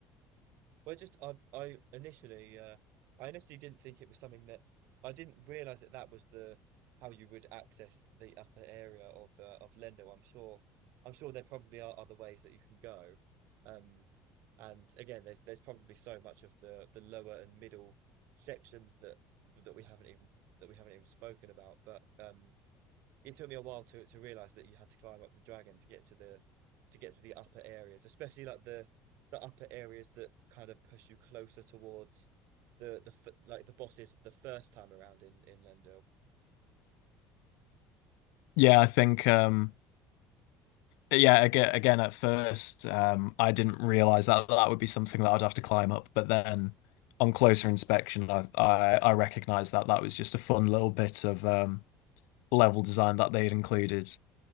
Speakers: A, on the right; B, on the left.
A: Well, just I, I initially, uh, I initially didn't think it was something that I didn't realize that that was the how you would access the upper area of uh, of Lendo. I'm sure, I'm sure there probably are other ways that you can go. Um, and again, there's there's probably so much of the the lower and middle sections that that we haven't even that we haven't even spoken about. But um. it took me a while to to realize that you had to climb up the dragon to get to the to get to the upper areas, especially like the the upper areas that kind of push you closer towards the the f- like the bosses the first time around in in Lendo.
B: Yeah, I think um Yeah, again, again, at first, um, I didn't realize that that would be something that I'd have to climb up. But then, on closer inspection, I I, I recognized that that was just a fun little bit of um, level design that they'd included.